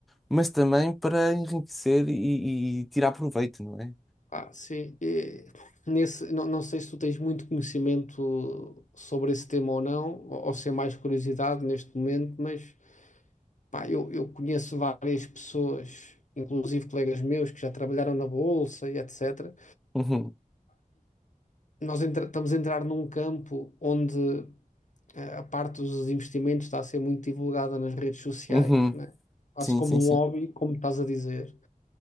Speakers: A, in the centre; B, on the left.
A: mas também para enriquecer e, e tirar proveito, não é?
B: Ah, sim. E nesse, não, não sei se tu tens muito conhecimento sobre esse tema ou não, ou, ou se é mais curiosidade neste momento, mas pá, eu, eu conheço várias pessoas, inclusive colegas meus que já trabalharam na Bolsa e etc.
A: Uhum,
B: nós entra- estamos a entrar num campo onde eh, a parte dos investimentos está a ser muito divulgada nas redes sociais,
A: uhum,
B: né? Quase
A: sim,
B: como
A: sim,
B: um
A: sim,
B: hobby, como estás a dizer.